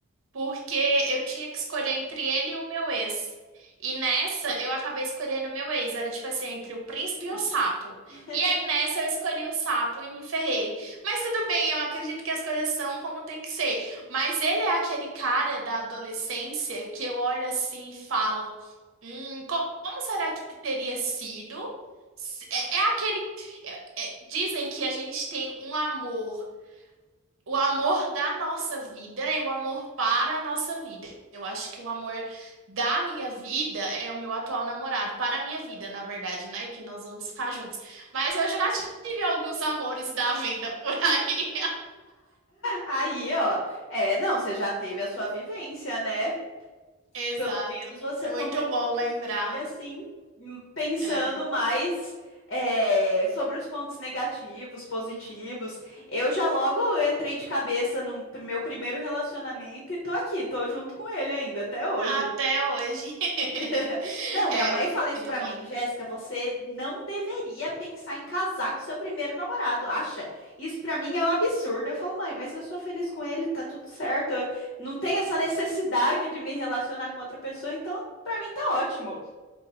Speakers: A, on the right; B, on the left.
A: porque eu tinha que escolher entre ele e o meu ex. E nessa, eu acabei escolhendo o meu ex. Era tipo assim, entre o príncipe
B: Hum.
A: e o sapo.
B: <laughs>
A: E aí nessa, eu escolhi o sapo e me ferrei. Mas tudo bem, eu acredito que as coisas são como tem que ser. Mas ele é aquele cara da adolescência que eu olho assim e falo: hum, co- como será que teria sido? Se- É, é aquele. é- é- dizem que a gente tem um amor o amor da nossa vida e o amor para a nossa vida. Eu acho que o amor da minha vida é o meu atual namorado, para a minha vida, na verdade, né? Que nós vamos ficar juntos. Mas eu já tive alguns amores da vida por aí.
B: Aí, ó, é, não, você já teve a sua vivência, né?
A: <laughs> Exato.
B: Pelo menos você
A: É
B: tomou
A: muito
B: uma
A: bom lembrar.
B: escolha assim, hum, pensando
A: É.
B: mais é, sobre os pontos negativos, positivos. Eu já logo entrei de cabeça no meu primeiro relacionamento e tô aqui, tô junto com ele ainda até hoje.
A: Até hoje. <laughs>
B: <laughs> Não, minha
A: É
B: mãe
A: mu-
B: fala isso
A: muito
B: pra
A: bom.
B: mim, Jéssica, você não deveria pensar em casar com seu primeiro namorado, acha? Isso pra mim é um absurdo. Eu falo, mãe, mas eu sou feliz com ele, tá tudo certo. eu Não tem essa necessidade de me relacionar com outra pessoa, então pra mim tá ótimo.